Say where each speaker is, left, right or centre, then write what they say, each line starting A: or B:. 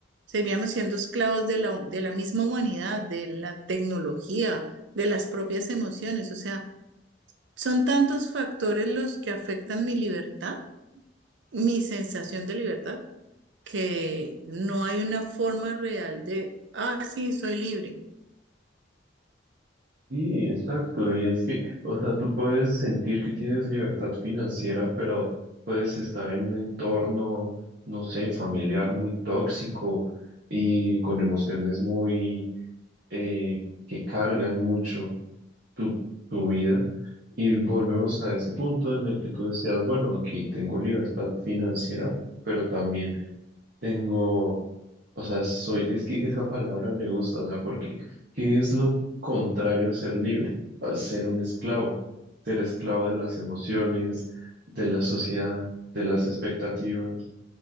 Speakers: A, on the right (about 70°); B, on the right (about 55°).
A: Seguiríamos siendo esclavos de la, de la misma humanidad, de la tecnología, de las propias emociones. O sea, son tantos factores los que afectan mi libertad mi sensación de libertad, que no hay una forma real de, ah, sí, soy libre,
B: Sí, exacto. Y es que, o sea, tú puedes sentir que tienes libertad financiera, pero puedes estar en un entorno, no sé, familiar muy tóxico y con emociones muy, eh, que cargan mucho. tu, tu vida. Y volvemos a ese punto en el que tú decías, bueno, aquí tengo libertad financiera, pero también tengo, o sea, soy, es que esa palabra me gusta, o sea, porque ¿qué es lo contrario a ser libre? A ser un esclavo, ser esclavo de las emociones, de la sociedad, de las expectativas